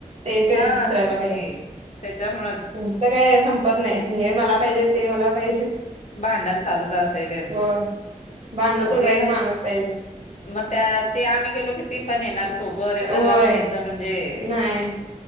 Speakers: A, on the right; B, on the left.
A: ते तेच
B: हा
A: दुसऱ्याला पाहिजे
B: की त्याच्यामुळेच
A: त्यांच काय संपत नाही हे मला पाहिजे ते मला पाहिजे
B: भांडण चालूच असतय त्यांचं
A: होय भांडण सोडवाय
B: ते
A: एक माणूस पाहिजे
B: म त्या ते गेलो की ती पण येणार सोबत एवढा
A: होय
B: लांब न्यायचं म्हणजे
A: नाही